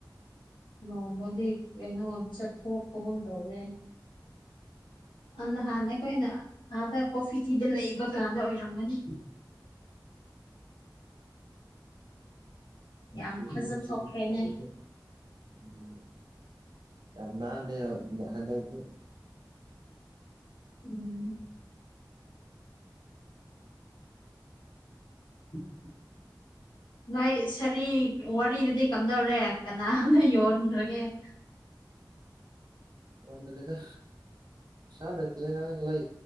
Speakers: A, on the left (about 85°); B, on the right (about 60°).
A: ꯅꯣꯡꯕꯗꯤ ꯀꯩꯅꯣ ꯆꯠꯊꯣꯛꯄꯒꯨꯝ ꯇꯧꯋꯦ ꯑꯟ ꯅꯍꯥꯟ ꯑꯩꯈꯣꯏꯅ ꯑꯥꯗ ꯀꯣꯐꯤ ꯇꯤꯗ ꯂꯩꯕ ꯀꯥꯟꯗ ꯑꯣꯏꯔꯝꯒꯅꯤ <inaudible> ꯌꯥꯝ
B: ꯂꫭꯏꯁꯤꯜꯂꫭ
A: ꯐꯖꯊꯣꯛꯈ꯭ꯔꯦꯅꯦ
B: ꯁꯤꯁꯨ <unintelligible> ꯑꯗꯒꯤ ꯎꯝ ꯌꯥꯝ ꯅꯥꯜꯂꯦ ꯍꫭ ꯍꯟꯗꯛꯇꯤ
A: ꯎꯝ <inaudible> ꯅꯣꯏ ꯁꯥꯔꯤ ꯋꯥꯔꯤꯗꯨꯗꯤ ꯀꯝꯗꯧꯔꯦ ꯀꯅꯅꯥ ꯌꯣꯟꯈ꯭ꯔꯒꯦ <inaudible>
B: ꯌꫭꯟꯗꯔꯤꯗ ꯁꯥ ꯂꯩꯇꯦ ꯍꯥꯏ ꯂꯩ